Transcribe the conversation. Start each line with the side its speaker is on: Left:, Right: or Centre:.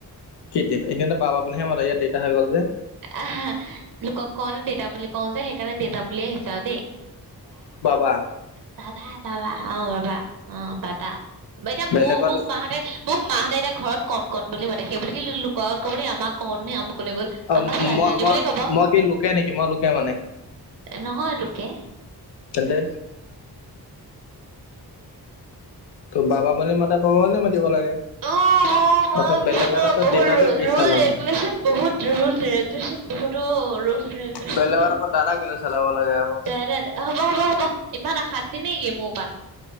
Left: কি ডট এনেে বাবা বুলিহে মত ইয়াত দেতটা হৈ গ'ল যে
Right: আহা লোকক কওঁ ন দেউতা বুলি কওঁ যে সেইকাৰণে দেউতা বুলিিয় আহিছা আৰু দেই
Left: বা
Right: তাবা তাবা অ বাবা অ পাবা এতিয়া
Left: বেলেগত
Right: মোৰ মোক মাহঁতে মোক মাহতে এতিয়া ঘৰত কণ কণ বুলি মাতে সেইব ক কি লুোক ক'বলৈি আমাক কণহে আমুকলৈ গ'ল
Left: অ
Right: আমাৰ ছোৱালীজনী
Left: মই মই
Right: বুলি ক'ব
Left: মই কি লোকে নেকি মই লোকে মানে
Right: নহয় লোকে
Left: তেন্তে তোৰ বাবা ম মাতা বাবা ম মাতিব লাগে
Right: অ মা
Left: আকৌ বেলেগত
Right: কৃষ্ণ
Left: আকৌ
Right: বহুত
Left: দেউতাটো কি
Right: ৰুল
Left: চালা
Right: ৰেগুলেশ্যন
Left: মানে।
Right: বহুত ৰল ৰেগুলেশচন বহুতো ৰজিলচন
Left: বেলেগত
Right: ব
Left: আকৌ দাদা কেলে চলাব লাগে আকৌ
Right: দে, দে, দে, হ'ব, হ'ব, হ'ব ইমান অশান্তি নেকি মোৰ পৰা।